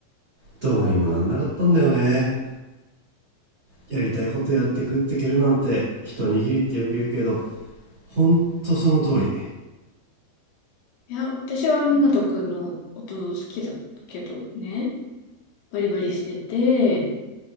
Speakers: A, on the right; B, on the left.
A: どうにもなんなかったんだよねやりたいことやって食ってけるなんて一握りってよく言うけどほんとその通り
B: いや、私は湊斗くんの音好きだけどね、バリバリしてて、